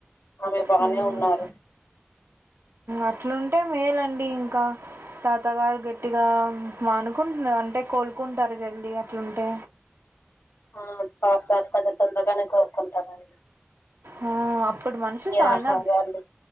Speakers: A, on the left; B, on the right.
A: ఆమె బానే
B: మ్
A: ఉన్నారు
B: అట్లుంటే మేలండి ఇంక తాతగారు గట్టిగా మానుకుంట అంటే కోలుకుంటారు జల్ది అట్లుంటే.
A: ఆ పాప్ సార్ పద తొందరగానే కోలుకుంటారండి.
B: ఆ అప్పుడు మనుషి
A: ఆహారాలు
B: అయినా